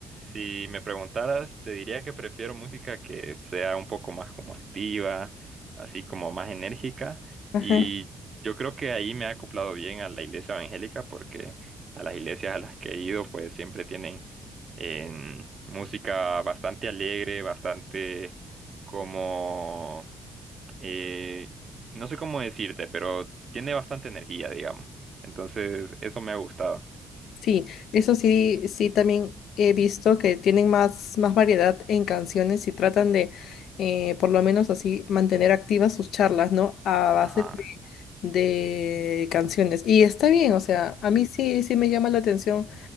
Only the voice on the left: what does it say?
ajá.
Sí, eso sí, sí también he visto que tienen más, más variedad en canciones y tratan de, eh, por lo menos así, mantener activas sus charlas, ¿no? A base
de, de canciones. Y está bien, o sea,
a mí sí, sí me llama la atención